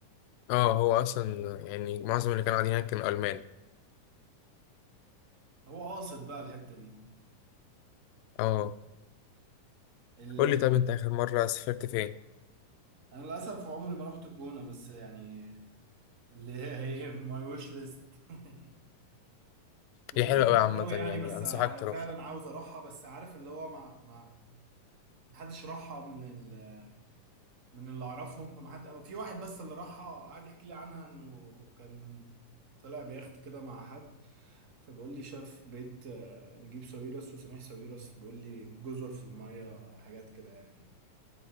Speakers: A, on the left; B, on the right.
A: اه هو اصلا يعني معظم اللي كانوا قاعدين هناك كانوا المان
B: هو قاصد بقى الحته
A: اه
B: دي
A: قول لي طب انت اخر مره سافرت فين
B: انا للاسف عمري ما رحت الجونه بس يعني اللي هي هي ماي ويش ليست <laughs> مش
A: هي
B: ويش
A: حلوة
B: ليست
A: أوي عامة
B: قوي يعني
A: يعني
B: بس
A: أنصحك
B: ع-
A: تروحها
B: فعلا عاوز اروحها بس عارف اللي هو ما ما محدش راحها من ال من اللي اعرفهم فما حد أو في واحد بس اللي راحها قعد يحكي لي عنها انه كان طلع بيخت كده مع حد فبقول لي شاف بيت آه، نجيب ساويرس وسميح ساويرس بيقول لي جزر في الميه حاجات كده يعني